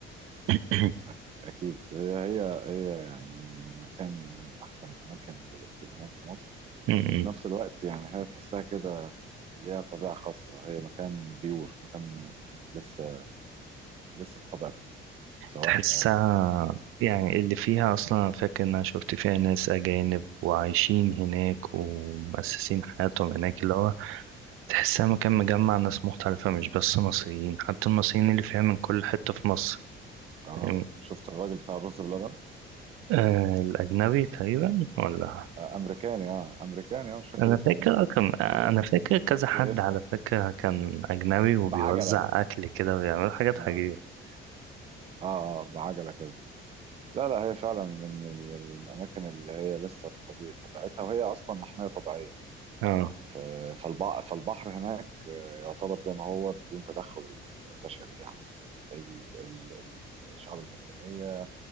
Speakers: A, on the right; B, on the right.
A: <clears throat>
B: أك- اكيد هي هي هي يعني مكان من احسن الاماكن للاستجمام في مصر
A: <coughs> مم.
B: وفي نفس الوقت يعني هي تحسها كده ليها طبيعه خاصه هي مكان بيور مكان لسه لسه بطبيعته سواء
A: تحسها
B: اه
A: يعني اللي فيها أصلا أنا فاكر إن أنا شفت فيها ناس أجانب وعايشين هناك ومؤسسين حياتهم هناك اللي هو تحسها مكان مجمع ناس مختلفة مش بس مصريين حتى المصريين اللي فيها من كل حتة في مصر
B: آه،
A: فاهمني؟
B: شفت الراجل بتاع الرز بلبن
A: آه الأجنبي تقريبا ولا
B: آه امريكاني اه امريكاني اه مش فاكر
A: أنا
B: اسمه
A: فاكر
B: ايه
A: آه، كان آه،
B: ب-
A: أنا فاكر كذا
B: ب-
A: حد
B: باسمك
A: على فكرة كان أجنبي وبيوزع
B: بعجله
A: أكل كده ويعمل حاجات
B: اه
A: عجيبة
B: اه آه، بعجله كده لا لا هي فعلا من ال- ال- الأماكن اللي هي لسه بطبيعة طبيعتها وهي أصلا محمية طبيعية
A: اه
B: ف- فالبع- فالبحر هناك آه، يعتبر زي ما هو بدون تدخل بشري يعني ال- ال- ال- الشعاب المرجانية